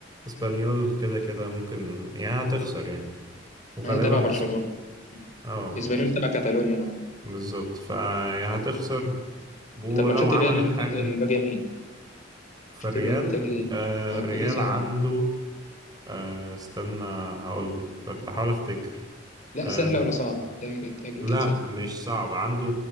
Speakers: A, on the right (about 20°); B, on the left (about 40°).
A: اسبانيول كده كده ممكن يعني هتخسر يعني وغالبا
B: هي تبع
A: نسبة
B: برشلونة
A: اه
B: اسبانيول تبع كاتالونيا اه
A: بالظبط فيا هتخسر ولو
B: طب ماتشات
A: عملت
B: الريال الف-
A: حاجة
B: الباقية مين؟
A: فالريال
B: ماتشات الريال بتجلي
A: آه
B: اه
A: الريال
B: بتجلي سهلة
A: عنده آه استنى هقولك بحاول افتكر
B: لا
A: آه
B: سهلة
A: ر-
B: ولا صعبة؟ بتجلي بتجلي
A: لا
B: كانت سهلة
A: مش صعب عنده